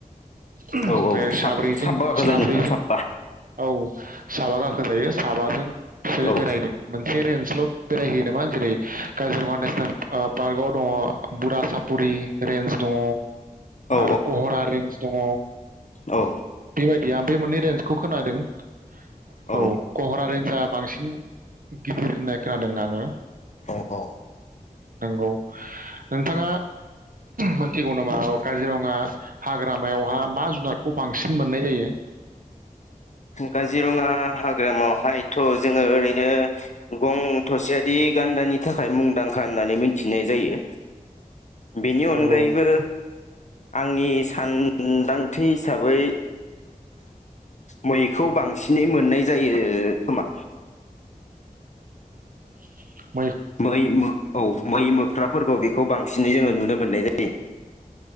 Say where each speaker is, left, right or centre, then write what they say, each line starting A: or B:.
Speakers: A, on the right (about 70°); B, on the left (about 55°).
A: ओमफ्राय
B: औ औ साब
A: साब्रैजों
B: साबबा गाखो
A: साब्रैजों
B: जायो नोंथां साबबा
A: औ साबा गाखोजायो। साबाजों बिसोरो
B: औ
A: बेरायदों मोनसे रेन्जल बेरायहोयो नामा जेरै काजिरगङा नेसनेल पार्कआव दङ बुरा सापुरि रेन्ज दङ
B: औ
A: आरो कहरा रेन्ज दङ
B: औ
A: बायदि आ बे मोननै रेन्जखौ खोनादों औ
B: औ
A: खहरारि रेनजा बांसिन गिदिर होननाय खोनादों आङो
B: औ औ
A: नंगौ नोंथाङा मिथिगौ ना? काजिरङा हाग्रामायावहा मा जुनारखौ बांसिन मोननाय जायो
B: काजिरङा हाग्रामावहायथ जोङो ओरैनो गं थसेयारि गान्दानि थाखाय मुंदांखा होननानै मिथिनाय जायो। बेनि अनगायैबो
A: नंगौ
B: आंनि सान मोनदांथि हिसाबै मैखौ
A: उम
B: बांसिनै मोननाय जायो खोमा
A: <inaudible>
B: मै मो औ मै मोख्राफोरखौ बेखौ बांसिनै जोङो नुनो मोननाय जायो।